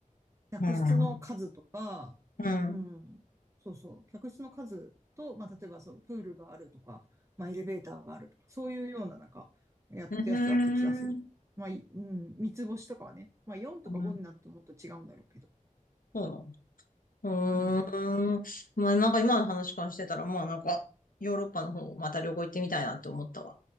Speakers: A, on the right (about 20°); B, on the left (about 85°).
A: 客室の数とか、
B: うん、うん。
A: うん、
B: う
A: そうそう、客室の数と、まあ、例えばそう、プールがあるとか、まあ、エレベーターがあるとか、そういうような、なんか、やったやつだった気がする。
B: ーん。
A: まあ、いうん、三つ星とかはね、まあ、4とか5になってもっと違うんだろうけど。
B: うんそうなのうーん。
A: うん、
B: まあ、なんか今の話からしてたら、まあなんか、ヨーロッパの方、また旅行行ってみたいなって思ったわ。